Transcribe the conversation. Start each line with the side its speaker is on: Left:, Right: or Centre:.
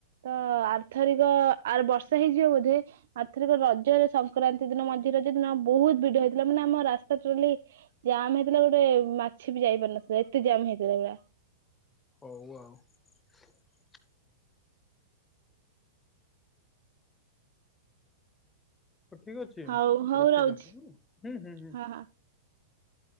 Right: ତ ଆର୍ଥରିକ ଆ ବର୍ଷା ହେଇଯିବ ବୋଧେ ଆର୍ଥରିକ ରଜରେ ସଂକ୍ରାନ୍ତି ଦିନ ମଝିରେ ରଜ ଦିନ ବହୁତ ଭିଡ ହେଇଥିଲା ମାନେ ଆମ ରାସ୍ତା ଟଲି ଜାମ୍ ହେଇଥିଲା ଗୋଟେ ମାଛି ବି ଯାଇପାରିନଥିଲେ ଏତେ ଜାମ୍ ହେଇଥିଲା ଗା
Left: କୱ ହ ଠିକ ଅଛି
Right: ହଉ ହଉ
Left: ରଖିଛନ୍ତିଲା
Right: ରହୁଛି
Left: ହୁଁ ହୁଁ ହୁଁ
Right: ହଁ